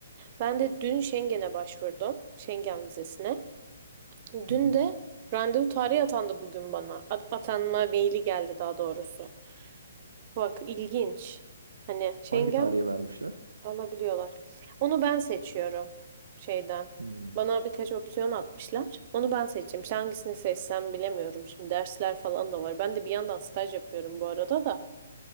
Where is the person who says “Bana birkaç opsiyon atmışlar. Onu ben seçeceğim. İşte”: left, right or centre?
Right